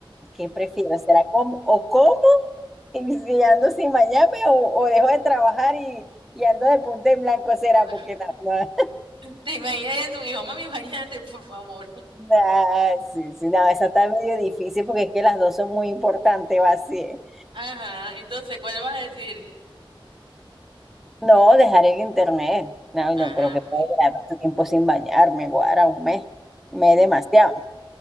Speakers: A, in the centre; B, on the right.
A: ¿qué prefiero? ¿Será com- o como y si ando sin bañarme o, o dejo de trabajar y, y ando de punta en blanco? ¿Será?
B: <laughs>
A: Porque no, no,
B: Te imaginas ya tu hijo, mami, bañate, por favor.
A: <laughs> no, sí, sí, no, esa está medio difícil porque es que las dos son muy importantes, va así.
B: Ajá, entonces, ¿cuál vas a decir?
A: No, dejar el internet. No,
B: Ah,
A: no creo que pueda
B: bueno.
A: durar tanto tiempo sin bañarme, guara, un mes. Un mes demasiado.